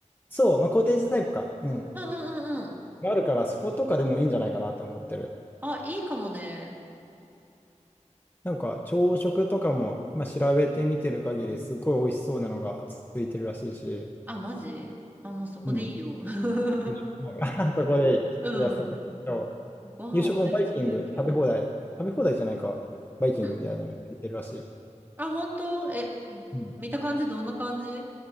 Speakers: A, on the left (about 15°); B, on the right (about 15°).
A: そう、まあ、コテージタイプか、うん、
B: うんうんうんうん。
A: があるから、そことかでもいいんじゃないかなって思ってる。
B: あ、いいかもね。
A: なんか、朝食とかも、今調べてみてる限り、すっごい美味しそうなのがついてるらしいし、
B: あ、マジあ、もうそこでいいよ。
A: うん、
B: <laughs>
A: 夕食もある <laughs> そこでいい。じゃあ、
B: うん。
A: そこで行こ
B: ご飯美味しいだけで。
A: う夕食もバイキング、食べ放題、食べ放題じゃないか、バイキングみたいなのついてるらしい。
B: うん。あ、本当え、
A: うん
B: 見た感じどんな感じ